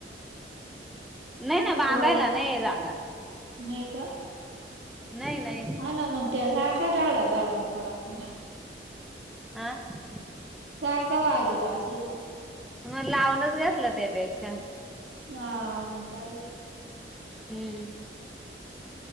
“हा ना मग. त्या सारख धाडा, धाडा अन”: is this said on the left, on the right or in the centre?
Right